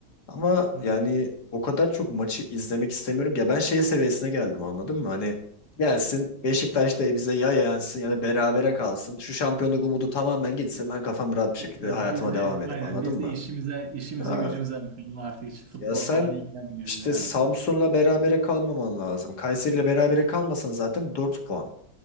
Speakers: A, on the left; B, on the right.
A: Ama
B: Hı hı.
A: yani o kadar çok maçı izlemek istemiyorum ki. ya ben şey seviyesine geldim anladın mı? Hani gelsin Beşiktaş da bize ya yansın ya da berabere kalsın. Şu şampiyonluk umudu tamamen gitsin. Ben kafam rahat bir şekilde
B: Yani
A: hayatıma
B: biz
A: devam
B: de
A: edeyim
B: aynen
A: anladın
B: biz
A: mı?
B: de işimize işimize
A: Ha,
B: gücümüze bakalım artık hiç futbol
A: ya sen
B: falan ilgilenmiyorum
A: işte
B: yani.
A: Samsun'la
B: <laughs>
A: berabere kalmaman lazım. Kayseri'yle berabere kalmasan zaten 4 puan.